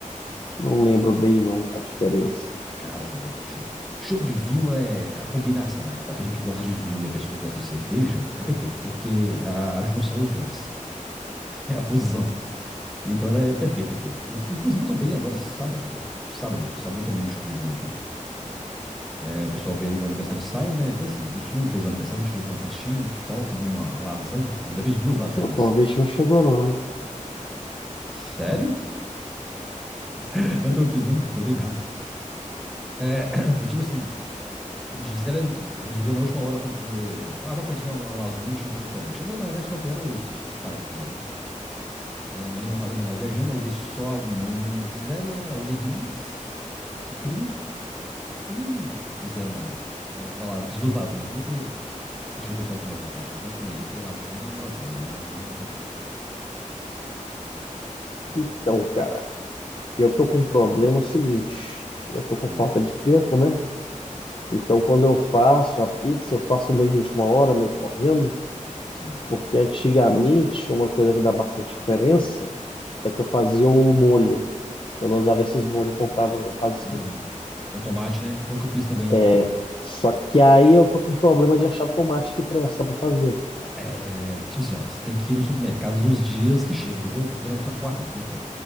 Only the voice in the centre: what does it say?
Cara, você é doido. Chopp chopp de vinho é a combinação, né? A pessoa que gosta de vinho e a pessoa que gosta de cerveja é perfeito, porque a, a junção dos dois. <laughs> É a fusão. Então ela é perfeita, perfeito. Eu, inclusive, eu tomei agora sábado. Sábado, sábado eu tomei um chopp de vinho aqui. É, o pessoal veio no aniversário de Simon, né? Vê assim, a gente não fez um aniversário, a gente fez uma festinha tal, fez uma lasanha. Ainda fiz duas lasanhas.
Sério? <laughs> Mas não foi eu que fiz, não, mas foi bem rápido. <clears throat> Porque, tipo assim, A Gisele resolveu na última hora fazer. Ah, vou fazer uma, uma lasanha, vou chamar o pessoal. Chamou, na realidade, só vieram os, os parentes dela, né? É, mãe não tava, mãe tava viajando, aí veio só a mãe de Zélia, as irmãs, os primos, e fizeram uma, uma- uma fiz duas lasanhas aqui, porque deixei o pessoal comer à vontade. Falei, pode comer aí, porque lasanha é lasanha, né? Lasanha não tem jeito.
Hum,
sim.
Hum, com tomate, né? Foi o que eu fiz também.
Eu
É, tipo assim, ó, você tem que ir no supermercado nos dias que chega, entendeu? Geralmente na quarta e quinta.